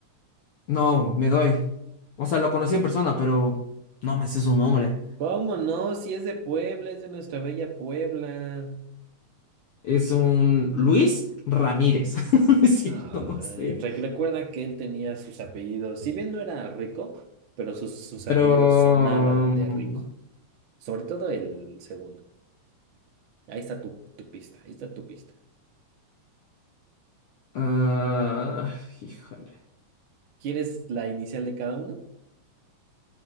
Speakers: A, on the left; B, on the right.
A: No, me doy. O sea, lo conocí en persona, pero no me sé su nombre.
B: ¿Cómo no? Si es de Puebla, es de nuestra bella Puebla.
A: Es un Luis Ramírez. <laughs> No es
B: No,
A: cierto, no
B: eh,
A: sé.
B: re- recuerda que él tenía sus apellidos, si bien no era rico, pero sus, sus
A: Pero...
B: apellidos sonaban de
A: mm,
B: rico. Sobre todo el segundo. Ahí está tu, tu pista, ahí está tu pista.
A: ah, híjole.
B: ¿Quieres la inicial de cada uno?